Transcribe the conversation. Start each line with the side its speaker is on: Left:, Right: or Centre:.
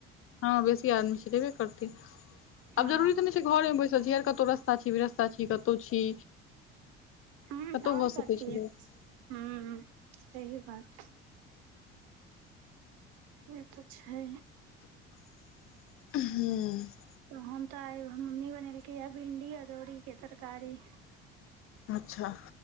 Left: हँ बेसी आदमी छै त एबे करतै
Right: ह
Left: आब जरूरी त नहि छै घरेमे बैसल छी, कतहु रस्ता छी विरस्ता छी, कतहु छी
Right: हुं
Left: कतहु
Right: और
Left: भऽ
Right: कथि,
Left: सकै छै लोक
Right: हुं सही बात। से त छै।
Left: हुं।
Right: त हम त मम्मी बनेलकै है भिंडी अदौरी के तरकारी
Left: अच्छा।